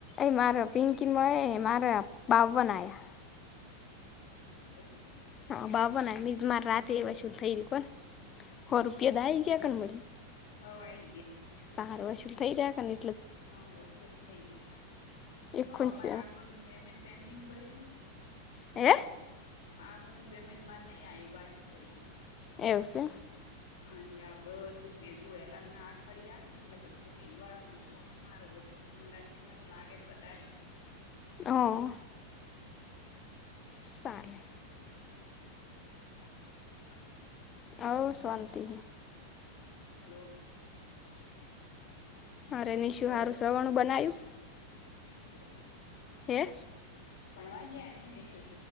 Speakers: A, on the left (about 25°); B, on the left (about 60°).
A: એ માર પિંકીિત મય એ મા બાઉ બના આ
B: હ એવવે
A: હા બાબો ને મારે રાતે એવા શધ થઈ ગ્યું કોને હો રૂપિયા દ જખ બ
B: હો આઈ
A: કાર વસૂલ થઈ જ્યાને
B: હ હો શુંધ થઇ ગયા
A: એકું
B: હો મારે
A: જ
B: આગળનું પેમેન્ટ પેન્ટિંગ પડ્યું છે.
A: હ
B: આગળનું પેમેન્ટ મારે નહી આવ્યું બાછી પડ્યું છે.
A: એવું છે.
B: હા એટલે આ બધું ભેગું એલા અઠવાડિિયા આવે છે ને એટલે બધું ભેગું આવે છેારું બધુ હંગાથીયાર લાગે તો બતા
A: આહ સારું
B: હમ શન થી ગ
A: હ શાંતિ
B: હલો.
A: અરે નિશું
B: હલો
A: સારું સવણું બનાવ્યું
B: એવું
A: હે
B: પણવા જશશું